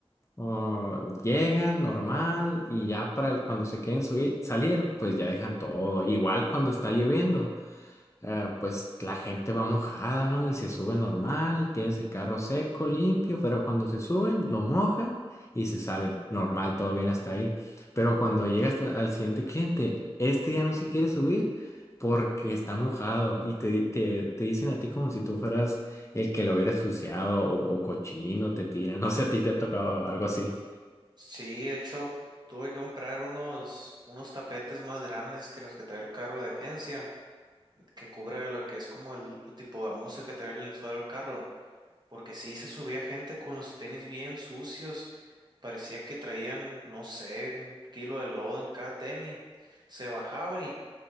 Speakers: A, on the left; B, on the right.
A: oh, llegan normal, y ya para el- cuando se quieren subir, salir, pues ya dejan todo. Igual cuando está lloviendo eh, pues la gente va mojada, ¿no? Y se sube normal, tienes el carro seco, limpio, pero cuando se suben, lo mojan y se salen. Normal, todo bien hasta ahí. Pero cuando llega hasta- al siguiente cliente, este ya no se quiere subir porque está mojado y te, te, te dicen a ti como si tú fueras el que lo hubiera ensuciado o, o cochino, te tiran. <laughs> No sé, a ti te ha tocado algo así.
B: Sí, de hecho, tuve que comprar unos, unos tapetes más grandes que los que trae el carro de agencia, que cubra lo que es como el, el tipo gamuza que trae en el suelo del carro, porque sí se subía gente con los tenis bien sucios, parecía que traían, no sé, un kilo de lodo en cada tenis, se bajaban y